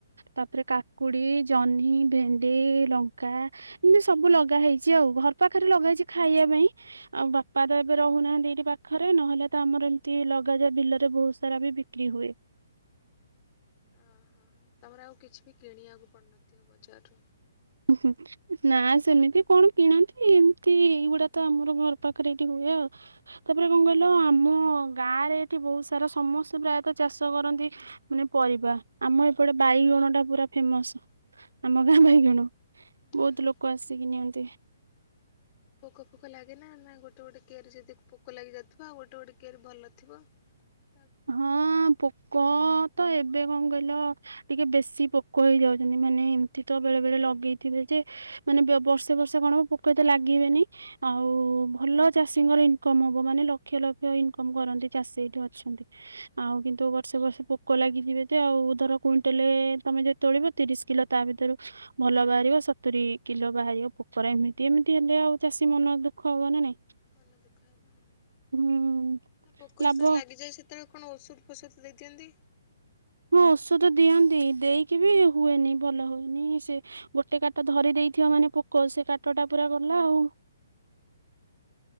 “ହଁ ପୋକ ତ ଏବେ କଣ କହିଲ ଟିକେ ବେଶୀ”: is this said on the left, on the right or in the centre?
Right